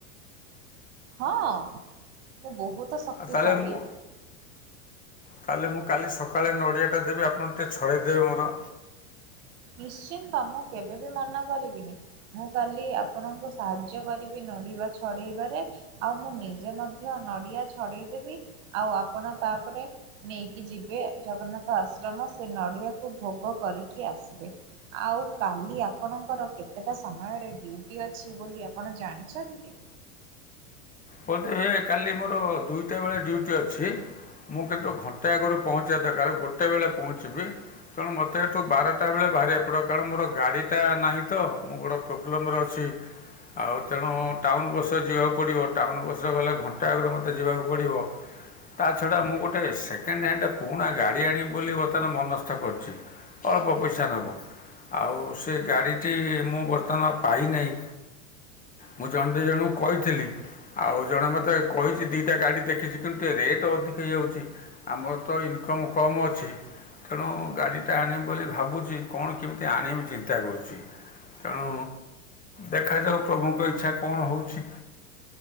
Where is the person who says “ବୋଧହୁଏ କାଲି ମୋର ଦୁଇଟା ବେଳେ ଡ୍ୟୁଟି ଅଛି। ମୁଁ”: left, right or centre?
Left